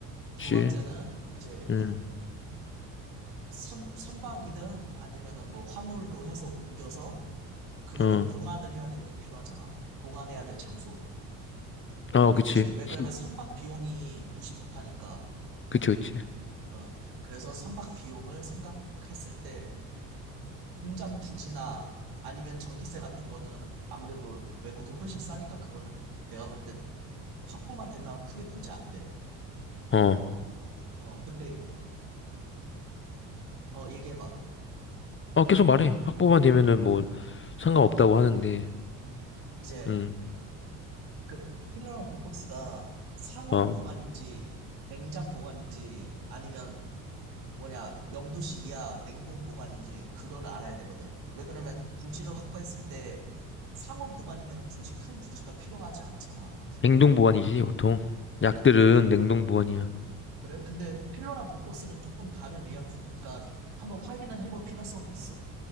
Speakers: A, on the right; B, on the left.
A: 두
B: 그치,
A: 번째는 이제
B: 음,
A: 선, 선박이든 아니면은 뭐 화물로 해서 옮겨서 그거를
B: 어,
A: 보관을 해야 될 게 필요하잖아. 보관해야 될 장소.
B: 아, 그치,
A: 그렇지? 왜 그러냐면
B: 그치,
A: 선박 비용이 무시 못하니까.
B: 그치,
A: 어, 그래서 선박 비용을 생각했을 때 공장 부지나 아니면 전기세 같은 거는 아무래도 외국이 훨씬 싸니까 그거는 내가 볼 때 확보만 된다면 크게 문제 안 돼.
B: 어,
A: 어, 근데, 어, 얘기해봐.
B: 어, 계속 말해. 학부만 되면은 뭐, 상관없다고 하는데,
A: 음, 이제,
B: 음,
A: 그, 필러랑 보톡스가 상온
B: 어, 어.
A: 보관인지, 냉장 보관인지, 아니면, 뭐냐, 영도씨 이하 냉동 보관인지, 그거를 알아야 되거든. 왜 그러냐면, 부지를 확보했을 때, 상온 보관이면 굳이 큰 부지가 필요하지 않잖아.
B: 냉동 보관이지, 보통. 약들은
A: 보-
B: 냉동 보관이야.
A: 그래? 근데 필러랑 보톡스는 조금 다른 의약품이니까, 한번 확인은 해볼 필요성이 있어.